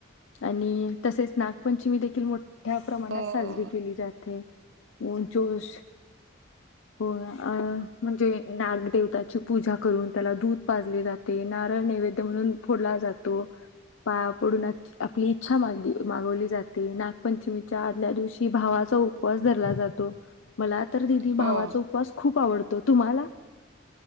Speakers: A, on the left; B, on the right.
A: आणि तसेच नागपंचमी देखील मो ठ्या प्रमाणात
B: हो
A: साजरी
B: हो
A: केली जाते. उनचुस हो अ म्हणजे नागदेवताची पूजा करून त्याला दूध पाजले जाते. नारळ नैवेद्य म्हणून फोडला जातो. पाया पडून आपली इच्छा मागी मागवली जा ते. नागपंचमीच्या आदल्या दिवशी भावाचा उपवास धरला जातो. मला तर दिदी भावा
B: हो
A: चा उपास खूप आवड तो तुम्हाला?